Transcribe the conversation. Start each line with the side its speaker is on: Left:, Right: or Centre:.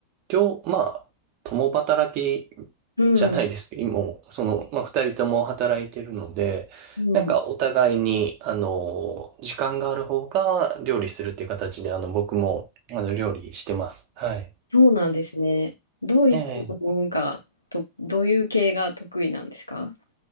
Right: 両、まあ、共働き
Left: うん、
Right: じゃないですけど、もう、その、まあ、二人とも働いてるので、
Left: うん。
Right: なんか、お互いに、あの、時間がある方が料理するっていう形で、あの、僕も、あの、料理してます。はい。
Left: そうなんですね。どういったのが、
Right: ええ
Left: と、どういう系が得意なんですか